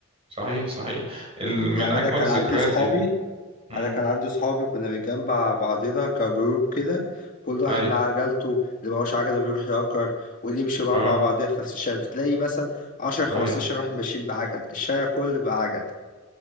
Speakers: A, on the right; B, on the left.
A: صحيح صحيح ال... من
B: يعني
A: اجمل
B: أنا كان
A: الذكريات
B: عندي صحابي
A: يعني امم
B: أنا كان عندي صحابي كنا بنجمع بعضنا كجروب كده كل واحد
A: اي
B: معاه عجلته اللي معهوش عجلة بيروح يأجر ونمشي بقى
A: اه
B: مع بعضنا في نفس الشارع بتلاقي مثلا 10 15
A: اي
B: واحد ماشيين بعجل الشارع كله بعجل